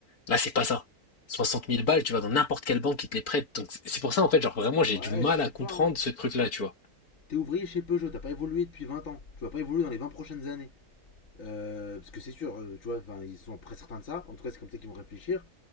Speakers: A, on the left; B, on the left.
A: Là, c'est pas ça. Soixante mille balles, tu vas dans n'importe quelle banque qui te les prête. Donc, c'est c'est pour ça, en fait, genre, vraiment, j'ai
B: Ouais,
A: du mal
B: je
A: à
B: sais
A: comprendre
B: pas, hein.
A: ce truc-là, tu vois.
B: T'es ouvrier chez Peugeot, t'as pas évolué depuis 20 ans. Tu vas pas évoluer dans les 20 prochaines années. Euh, parce que c'est sûr, euh, tu vois, enfin, ils sont très certains de ça. En tout cas, c'est comme ça qu'ils vont réfléchir.